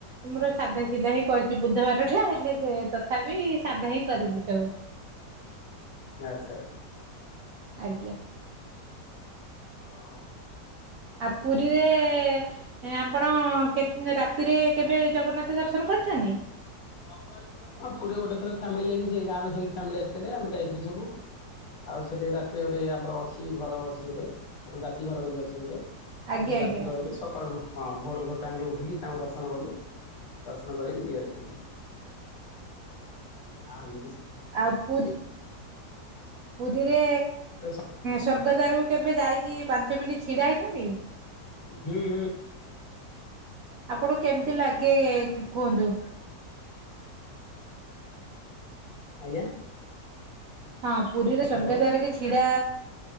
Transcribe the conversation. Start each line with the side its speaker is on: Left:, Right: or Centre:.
Right: ଆମର ସାଧା ସିଧା ହିଁ କରିଛି ବୁଧବାର ଠୁ ହେଲେ, ସେ ତଥାପି ସାଧା ହିଁ କରିଚି ସବୁ।
Left: ଆଛା ଆଛା।
Right: ଆଜ୍ଞା।
Left: ଅ ହ।
Right: ଆ ପୁରୀରେ ଏ ଏ ଆପଣ କେ ରାତିରେ କେବେ ଜଗନ୍ନାଥ ଦର୍ଶନ କରିଚନ୍ତି?
Left: ହଁ, ପୁରୀରେ ଗୋଟେ ଥର ଫାମିଲି ନେଇକି, ସେ ଗାଁ ରୁ ସେମ ଫାମିଲି ଆସିଥିଲେ, ଆମେ ଯାଇଥିଲୁ ସବୁ। ଆଉ ସେଠି ରାତିରେ ଗୋଟେ ଆମର ଅଛି ଘର ଅଛି ଗୋଟେ, ଜାତି ଘର ବୋଲି ଅଛି ଗୋଟେ। ସେଠି
Right: ଆଜ୍ଞା
Left: ରାତିରେ
Right: ଆଜ୍ଞା
Left: ରହିଲେ ସକାଳୁ ହଁ ଭୋର ଭୋର ଟାଇମରେ ଉଠିକି ତାଙ୍କ ଦର୍ଶନ କଲୁ, ଦର୍ଶନ କରି ଏମିତି ଆସିଥିଲି। ଆଉ ଏମତି
Right: ଆଉ ପୁରୀ ପୁରୀରେ
Left: ଆଛା
Right: ସ୍ୱର୍ଗଦ୍ୱାର କୁ କେବେ ଯାଇକି, ପାଞ୍ଚ ମିନିଟ୍ ଛିଡ଼ା ହେଇଛନ୍ତି?
Left: ହୁଁ ହୁଁ।
Right: ଆପଣଙ୍କୁ କେମିତି ଲାଗେ କୁହନ୍ତୁ।
Left: ଆଜ୍ଞା
Right: ହଁ ପୁରୀରେ
Left: ହ୍ୟାଲୋ।
Right: ସ୍ଵର୍ଗଦ୍ୱାର କିଛି ଛିଡ଼ା